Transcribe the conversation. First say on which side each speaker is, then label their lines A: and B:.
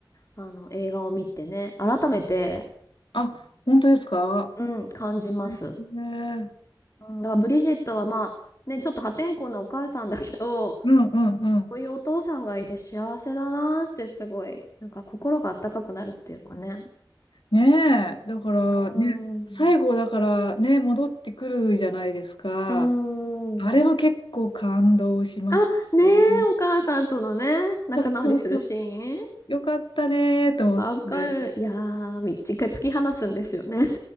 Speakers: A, on the left; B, on the left.
A: あの、映画を見てね、改めて、
B: あ、本当ですか
A: うん、感じます。
B: へえ
A: うん、だからブリジットはまあ、ね、ちょっと破天荒なお母さんだけど、
B: うんうんうん。
A: こういうお父さんがいて幸せだなーってすごい、なんか心が温かくなるっていうかね。
B: ねえ、だからね、
A: うーん。
B: 最後だからね、戻ってくるじゃないですか。
A: うー
B: あれも結構感動しますね。
A: ん。あ、ねえ、お母さんとのね、仲直りするシーン。
B: そうそうそう。よかったねーと思って。
A: わかる。いやー、み一回突き放すんですよね。